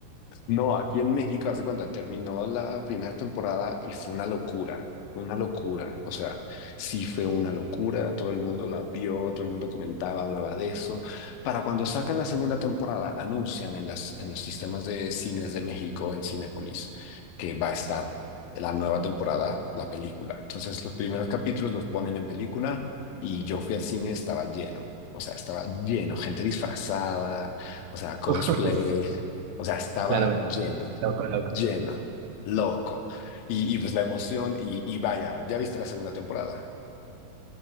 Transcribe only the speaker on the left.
No, aquí en México, hace cuando terminó la primera temporada y fue una locura, fue una locura. O sea, sí fue una locura, todo el mundo la vio, todo el mundo comentaba, hablaba de eso. Para cuando sacan la segunda temporada, anuncian en las, en los sistemas de cines de México, en Cinépolis, que va a estar la nueva temporada, la película. Entonces, los primeros capítulos los ponen en película y yo fui al cine, estaba lleno. O sea, estaba lleno, gente disfrazada, o sea, cosplay.
O sea, estaba
lleno,
lleno, loco. Y, y pues la emoción, y, y vaya, ¿ya viste la segunda temporada?